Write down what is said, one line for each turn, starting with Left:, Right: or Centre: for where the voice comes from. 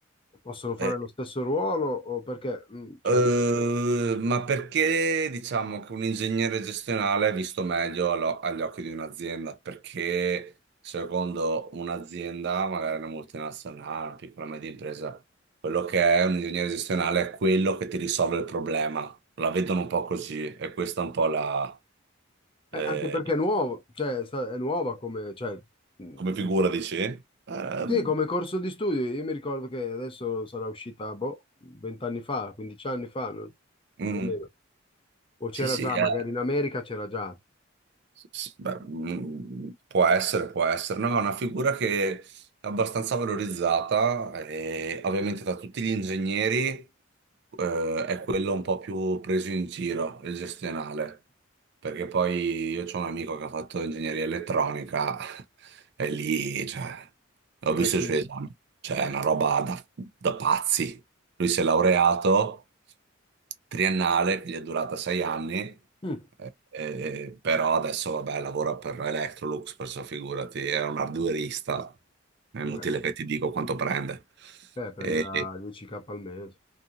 Left: possono fare
Right: eh,
Left: lo stesso ruolo o perché, mm, cioè,
Right: eh,
Left: eh,
Right: ma perché diciamo che un ingegnere gestionale è visto meglio allo- agli occhi di un'azienda? Perché secondo un'azienda, magari una multinazionale, una piccola media impresa, quello che è un ingegnere gestionale è quello che ti risolve il problema. La vedono un po' così e questa è un po' la...
Left: anche
Right: eh,
Left: perché è nuovo, cioè, è sta- è nuova come, cioè, mm,
Right: come figura,
Left: dico.
Right: dici? Ehm,
Left: Sì, come corso di studio, io mi ricordo che adesso sarà uscita, boh, 20 anni fa, 15 anni fa, no?
Right: mm,
Left: Almeno. O c'era
Right: sì, sì,
Left: già,
Right: eh.
Left: magari in America c'era già.
Right: S- Beh, mm, può essere, può essere. No, è una figura che è abbastanza valorizzata e ovviamente da tutti gli ingegneri eh, è quello un po' più preso in giro, il gestionale. Perché poi io ho un amico che ha fatto ingegneria elettronica <laughs> e lì, cioè, ho
Left: Eh
Right: visto
Left: sì,
Right: i suoi esami. Cioè, è una roba da, da pazzi. Lui si è laureato triennale, che gli è durata sei anni
Left: Mm.
Right: eh, però adesso, vabbè, lavora per Electrolux, perciò figurati, era un arduerista, è
Left: vabbè,
Right: inutile che ti dico quanto prende.
Left: eh, prenderà
Right: E,
Left: 10k al mese.